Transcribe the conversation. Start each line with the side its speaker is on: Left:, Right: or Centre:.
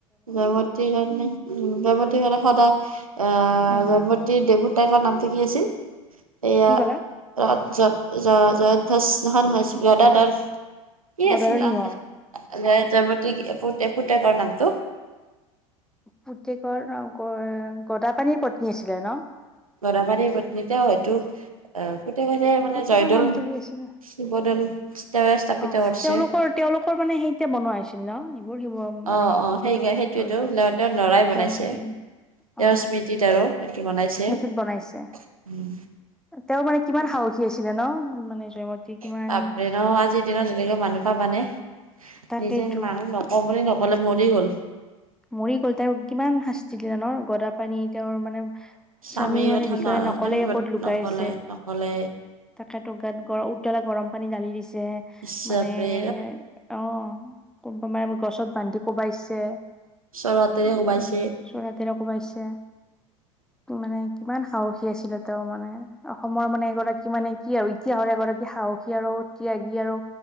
Right: জয়মতীৰ কাৰণে উম জয়মতীৰ কাৰণে সদায় আহ
Centre: উম
Right: জয়মতী দেৱত তাই কোৱা নামটো কি আছিল এয়া
Centre: কি ক'লা
Right: <unintelligible> জয়ধ্বজ নহয় নহয় গদাধৰ কি
Centre: গদাধৰ
Right: আছিল
Centre: সিংহ
Right: জয়মতীৰ পুতেকৰ নামটো
Centre: পুতেকৰ গদাপানীৰ পত্নী আছিলে ন।
Right: গদাপানিৰ পত্নী তেওঁ হয়তো অ', পুতে মানে
Centre: পুতেকৰ
Right: জয়দৌল
Centre: নামটো কি আছিলে
Right: শিৱদৌল তেওঁৱে স্থাপিত
Centre: অ',
Right: কৰিছে
Centre: তেওঁলোকৰ তেওঁলোকৰ মানে সেইতে বনোৱা হৈছিল ন এইবোৰ মানে
Right: অ', অ',
Centre: শিৱদৌল
Right: সেই সেইটোৱেতো
Centre: জয়দৌল
Right: তেওঁৰ লৰাই বনাইছে।
Centre: জয়মতী
Right: তেওঁৰ
Centre: অ
Right: স্মৃতিত আৰু সেইটো টো বনাইছে
Centre: স্মৃতিত
Right: উম।
Centre: বনাইছে তেওঁ মানে কিমান সাহসী আছিলে ন, মানে জয়মতী কিমান
Right: বাপৰে ন আজিৰ দিনত এনেকে মানুহ পাবা নে
Centre: তাকেইতো
Right: নিজে মানুহ নকওঁ বুলি নকলে মৰি গল।
Centre: মৰি গ'ল তেওঁৰ কিমান শাস্তি দিলে ন গদাপানী তেওঁৰ মানে
Right: স্বামী
Centre: স্বামীৰ মানে
Right: কথা
Centre: বিষয়ে
Right: ন
Centre: নকলেই
Right: স্বামী
Centre: ক'ত লুকাই
Right: নকলে
Centre: আছে
Right: নকলে
Centre: তাক সেত গাত গ উতলা গৰম পানী দালি দিছে
Right: ইচ
Centre: মানে,
Right: বাপৰে
Centre: অ'। কুম্পোমাই মোক গছত বান্ধি কোবাইছে।
Right: চৰ হাতেৰে কোবাইছে
Centre: তেনে চৰাতেৰে কবাইছে মানে কিমান সাহসী। আছিলে তেওঁমানে অসমৰ মানে এগৰাকী মানে কি আৰু ইতিহাসৰ এগ সাহসী আৰু ত্যাগী আৰু